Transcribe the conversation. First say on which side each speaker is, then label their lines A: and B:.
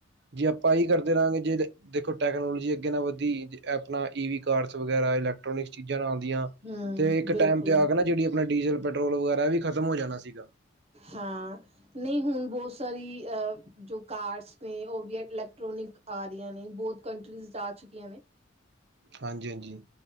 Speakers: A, on the right; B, on the right.
A: ਜੇ ਅਪਾਂ ਏਇ ਕਰਦੇ ਰਾਂਗੇ ਜੇ ਦੇਖੋ, ਟੈਕਨੋਲੋਜੀ ਅੱਗੇ ਨਾ ਵੱਧੀ ਐ--ਅਪਣਾ ਈ ਈ ਕਾਰਡਸ ਵਗੈਰਾ, ਇਲੈਕਟ੍ਰੋਨਿਕਸ ਚੀਜ਼ਾਂ ਨਾ ਆਂਦੀਆਂ!
B: ਹੂੰ,
A: ਤੇ ਏਕ
B: ਬਿਲਕੁਲ।
A: ਟੇਮ ਤੇ ਆ ਕੇ ਨਾ, ਜਿੜੀ ਆਪਣਾ ਡੀਜ਼ਲ-ਪੈਟਰੋਲ ਵਗੈਰਾ ਐ ਵੀ ਖਤਮ ਹੋ ਜਾਣਾ ਸੀਗਾ!
B: ਹਾਂ ਨਈ ਹੁਣ ਬੋਤ ਸਾਰੀ ਆ ਜੋ ਕਾਰਸ ਨੇ ਉ ਵੀ ਇਲੈਕਟ੍ਰੋਨਿਕ ਆ ਰਿਆਂ ਨੇ ਬੋਤ ਕੰਟਰੀਜ਼ 'ਚ ਆ ਚੁੱਕੀਆਂ ਨੇ।
A: ਹਾਂਜੀ-ਹਾਂਜੀ।